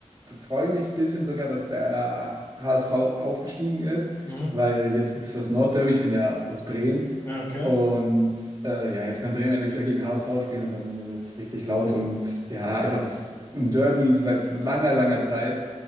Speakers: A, on the right; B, on the left.
A: freue mich ein bisschen sogar, dass der HSV aufgestiegen ist,
B: Mhm.
A: weil jetzt gibt es das Nordderby. Ich bin ja aus Bremen.
B: Ja, okay.
A: Und äh, ja, jetzt kann Bremen endlich wieder gegen HSV spielen und dann wird es richtig laut und ja, einfach das ein Derby seit langer, langer Zeit.